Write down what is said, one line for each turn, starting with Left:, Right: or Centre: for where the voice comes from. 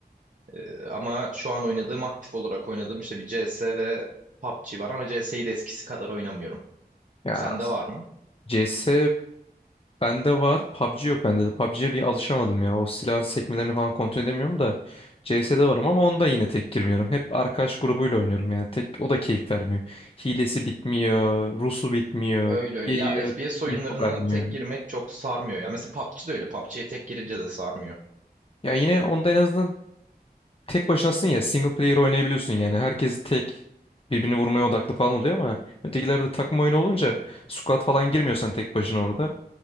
Right: Ee, ama şu an oynadığım, aktif olarak oynadığım işte bir CS ve PUBG var ama CS'yi de eskisi kadar oynamıyorum.
Left: Ya
Right: Sende var mı?
Left: CS Bende var. PUBG yok bende de. PUBG'ye bir alışamadım ya. O silahın sekmelerini falan kontrol edemiyorum da. CS'de varım ama onda yine tek girmiyorum. Hep arkadaş grubuyla oynuyorum yani. Tek o da keyif vermiyor. Hilesi bitmiyor, Rusu bitmiyor,
Right: Öyle öyle.
Left: geliyor,
Right: Ya FPS oyunlarına
Left: info vermiyor.
Right: tek girmek çok sarmıyor ya. Mesela PUBG de öyle. PUBG'ye tek girince de sarmıyor.
Left: Ya yine onda en azından tek başınasın ya. Single player oynayabiliyorsun yani. Herkes tek birbirini vurmaya odaklı falan oluyor ama ötekilerde takım oyunu olunca squad falan girmiyorsan tek başına orada.